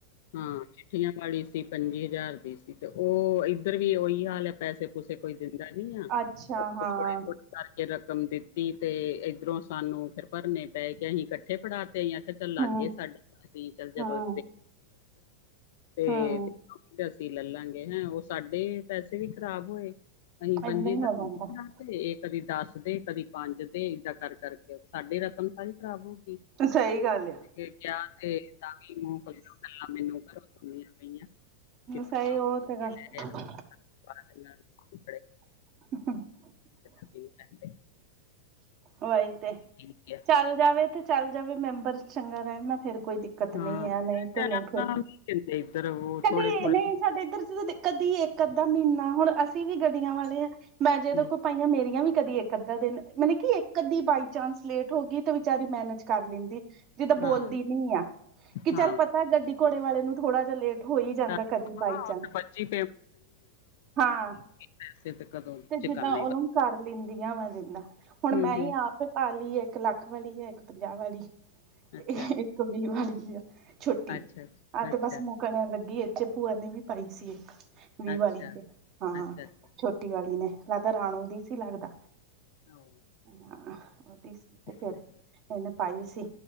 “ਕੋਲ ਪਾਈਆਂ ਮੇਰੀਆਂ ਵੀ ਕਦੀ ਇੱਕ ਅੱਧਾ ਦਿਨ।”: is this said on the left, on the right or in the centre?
Right